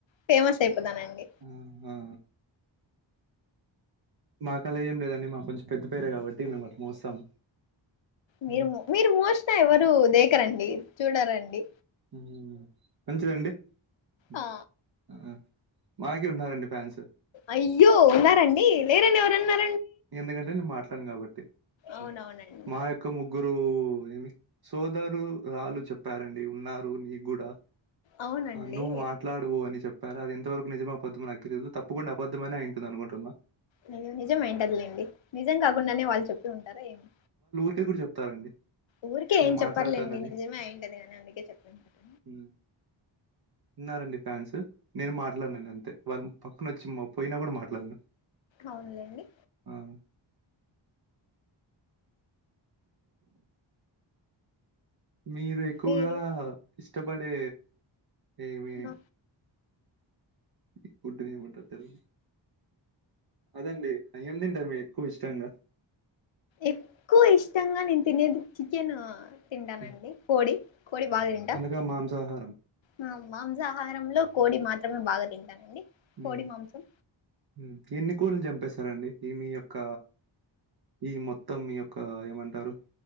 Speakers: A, on the left; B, on the right.
A: ఫేమస్ అయిపోతానండి
B: ఆహా మాకలా ఏం లేదండి మాకు కొంచెం పెద్ద పేరే కాబట్టి మేమట్ల మోస్తాం
A: మీరు
B: హ్మ్.
A: మో మీరు మోసినా ఎవరు దేకరండి చూడారండి
B: ఊ మంచిదండి ఉ
A: ఆ
B: ఆ మాకి ఉన్నారండి ఫ్యాన్స్
A: అయ్యో ఉన్నారండి లేరని ఎవరన్నార్
B: ఎందుకంటే నేను మాట్లాను కాబట్టి
A: అవునవునండి
B: ఉ మా యొక్క ముగ్గురు లు ఏమి సోదరు రాలు చెప్పారండి ఉన్నారు నీకు కూడా
A: అవునండి
B: ఆ నువ్వు మాట్లాడు అని చెప్ కదా అది ఎంతవరకు నిజమో అబద్ధమో నాకు తెలియదు తప్పకుండా అబద్దమనే అయింటది అనుకుంటున్నా
A: అయినా నిజం అయుంటదిలేండి నిజం కాకుండానే వాళ్ళు చెప్పి ఉంటారా ఏమి
B: మీరు కూడా చెప్తారండి
A: ఊరికే
B: నేను
A: ఏం చెప్పర్లేండి
B: మాట్లాడతానని.
A: నిజమే అయింటదిగాని అందుకే చెప్పింటారు
B: హ్మ్. ఉన్నారండి ఫ్యాన్స్ నేను మాట్లాడిన అంతే వాళ్లు పక్కన వచ్చి పోయినా కూడా మాట్లాడను
A: అవునులేండి
B: ఉ మీరు ఎక్కువగా
A: పేరు
B: ఇష్టపడే ఏమి
A: ఆ,
B: ఈ ఫుడ్డునేమంటరు తెలుగుల అదండి ఏం తింటారు మీర్ ఎక్కువ ఇష్టంగా
A: ఎక్కువ ఇష్టంగా నేను తినేది చికెన్ తింటానండి
B: హ్మ్.
A: కోడి కోడి బాగా తింటా
B: అనగా మాంసాహారం
A: ఆ, మాంసాహారంలో కోడి మాత్రమే బాగా తింటానండి
B: ఉమ్
A: కోడి మాంసం
B: ఉమ్ ఎన్ని స్కూల్ చంపేశారండి ఈ మీ యొక్క ఈ మొత్తం మీ యొక్క ఏమంటారు